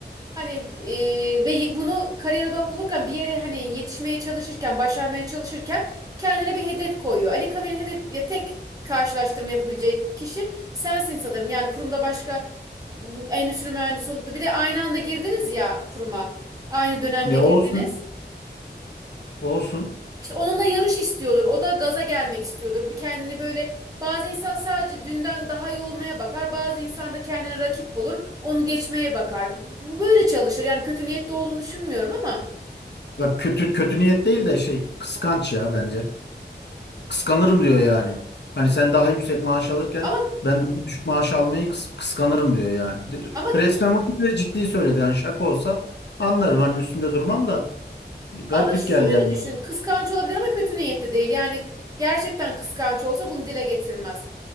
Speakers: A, on the right (about 20°); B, on the left (about 70°).
A: Hani e, ve y- bunu kariyer odaklı olurken bir yere hani yetişmeye çalışırken, başarmaya çalışırken kendine bir hedef koyuyor. Ali Kamil'in hedef ya tek karşılaştırma yapabilecek kişi sensin sanırım. Yani kurumda başka m, endüstri mühendisi olup da bir de aynı anda girdiniz ya kuruma. Aynı dönemde
B: Ne
A: girdiniz.
B: olsun? Olsun.
A: İşte onunla yarış istiyordur. O da gaza gelmek istiyordur. Bir kendini böyle bazı insan sadece dünden daha iyi olmaya bakar. Bazı insan da kendine rakip bulur. Onu geçmeye bakar. Bu böyle çalışır. Yani kötü niyetli olduğunu düşünmüyorum ama
B: Bak
A: e,
B: kötü kötü niyet değil de şey kıskanç ya bence. Kıskanırım diyor yani. Hani sen daha yüksek maaş alırken
A: ama
B: ben daha düşük maaş almayı kıs- kıskanırım diyor yani. De-
A: ama
B: Resmen bunu bile ciddi söyledi. Yani şaka olsa anlarım hani üstünde durmam da garip
A: ama şöyle
B: geldi yani.
A: düşün.
B: bana.
A: Kıskanç olabilir ama kötü niyetli değil. Yani gerçekten kıskanç olsa bunu dile getirmez.